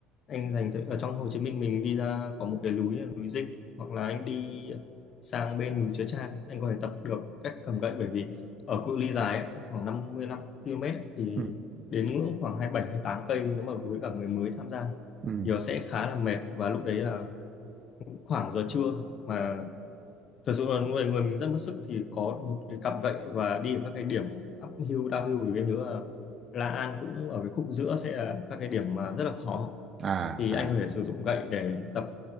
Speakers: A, on the left (about 45°); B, on the right (about 35°).
A: anh dành thời- ở trong Hồ Chí Minh mình đi ra có một cái núi là núi Dinh hoặc là anh đi sang bên núi Chớ Chan anh có thể tập được cách cầm gậy bởi vì ở cự ly dài ấy, khoảng 55 km ấy, thì
B: Ừ. ừ
A: đến ngưỡng khoảng hai bảy hai tám cây nếu mà với cả người mới tham gia
B: ừ
A: thì nó sẽ khá là mệt và lúc đấy là khoảng giờ trưa mà thật sự là người người mình rất mất sức thì có một cái cặp gậy và đi ở các cái điểm uphill downhill thì em nhớ là La An cũng ở cái khúc giữa sẽ là các cái điểm mà rất là khó
B: à
A: thì
B: à
A: anh có thể sử dụng gậy để tập